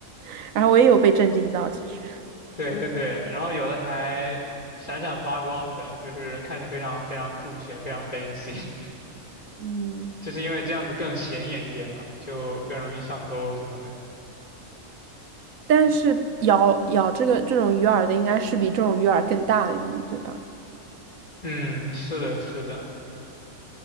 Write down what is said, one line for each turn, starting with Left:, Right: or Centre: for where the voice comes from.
Right: <laughs> 然后我也有被震惊到，其实。
Left: 对对对，然后有的还闪闪发光的，就是看着非常非常酷炫，非常 fancy，
Right: 嗯，
Left: <laughs> 就是因为这样子更显眼一点吧，就更容易上钩什么的。
Right: 但是咬咬这个这种鱼饵的应该是比这种鱼饵更大的鱼，对吧？
Left: 嗯，是的，是的，